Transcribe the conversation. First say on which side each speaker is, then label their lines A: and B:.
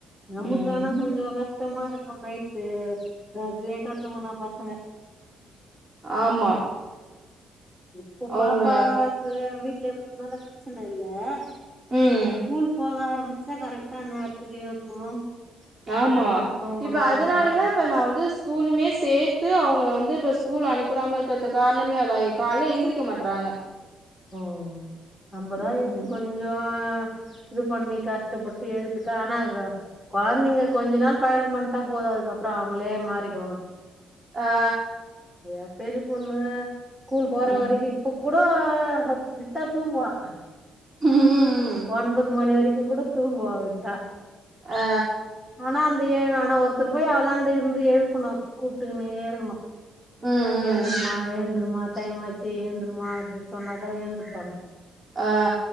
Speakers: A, in the centre; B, on the right.
A: நமுக்கு
B: ம்
A: ஆனா கொஞ்சோ கஷ் டமா இருக்கு நைட்டு ரஸ் லேட்டா தூங்குனா பசங்க
B: ஆமா
A: இப்ப
B: அவங்க
A: பாப்பாக்கு வீட்ல இருக்கனால பிரச்சன இல்ல ஸ்கூல்
B: ம்
A: போக ஆரம்பிச்சா கரெக்டா நேரத்துக்கு எழுந்துக்கணு
B: ஆமா
A: நேரத்துக்கு தூங்கணு
B: இப்ப அதுனாலயேதா
A: அதா
B: இப்ப நா வந்து ஸ்கூலுமே சேத்து அவுங்கள வந்து இப்ப ஸ்கூல் அனுப்பிடாம இருக்குறது காரணமே அதாயிட் கால்ல எந்திரிக்க மாட்டறாங்க
A: ஓ நம்பதா
B: ம்
A: எப்டி கொஞ்சோ இது பண்ணி கஷ்டப்பட்டு எழுப்பிட்டா ஆனா கா கொழந்தைங்க கொஞ்ச நாள் பழக்கம் பண்ணட்டா போது அதுக்கப்பறோ அவங்களே மாறிடுவாங்க
B: ஆ
A: ஏ பெரிய பொண்ணு ஸ்கூல் போற
B: ம்
A: வரைக்கு இப்ப கூட அது விட்டா தூங்குவா
B: ம்
A: ஒன்பது மணி வரைக்கு கூட தூங்குவா விட்டா
B: ஆ
A: ஆனா அந்த ஏழு ஆனா ஒருத்தர் போய் அவளாண்டு இருந்து எழுப்பணு கூப்ட்டுக்குன்னே இருக்கணு
B: ம்
A: எழுந்துருமா
B: ம்
A: எழுந்துருமா டைமாச்சி எழுந்துருமா அப்டின்னு சொன்னாதா எழுந்துப்பாங்க
B: ஆ